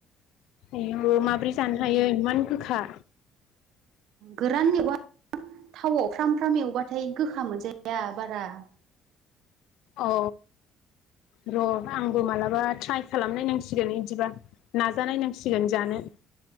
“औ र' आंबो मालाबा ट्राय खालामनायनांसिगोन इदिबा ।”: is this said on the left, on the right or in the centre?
Left